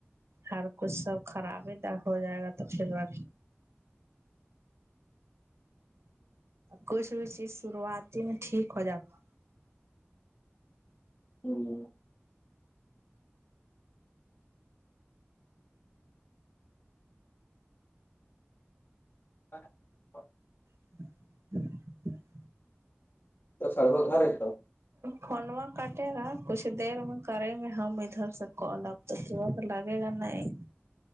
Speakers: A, on the right (about 75°); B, on the left (about 50°).
A: ہر کچھ سب خراب ہی د ہو جائے گا تو پھر با کچھ بھی چیز شروعات میں ٹھیک ہو جاتا
B: <unintelligible> ا <inaudible> <inaudible>
A: <inaudible>
B: تو سرو ک رہے تھاا
A: فنوا کٹے گا کچھ دیر میں کریں گے ہم ادھر سے ک ڈگ تو دا تو لگے گا نہیں